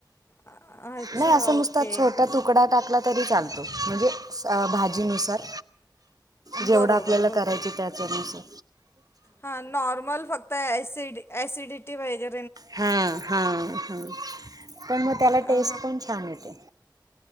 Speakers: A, on the left; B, on the right.
A: अच्छा
B: नाही असं
A: ओके
B: नुसत छोटा तुकडा टाकला तरी चालतो म्हणजे भाजीनुसार जेवढा
A: बरोबर
B: आपल्याला करायच त्याचनुसार
A: हा नॉर्मल फक्त एसि एसिडिटी वहिजे.
B: हा हा हा पण मग त्याला
A: अ
B: टेस्ट पण छान येते.